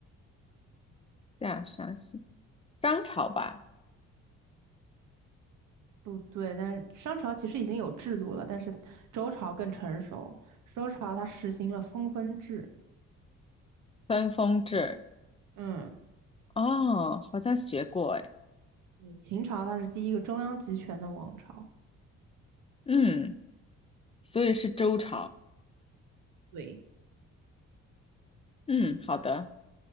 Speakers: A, on the left (about 20°); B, on the right (about 80°).
A: 这样详细，商朝吧。
B: 不对，但是商朝其实已经有制度了，但是周朝更成熟。周朝它实行了分封制，
A: 分封制，
B: 嗯，
A: 哦，好像学过哎，
B: 对，秦朝它是第一个中央集权的王朝。
A: 嗯，所以是周朝，
B: 对，
A: 嗯，好的，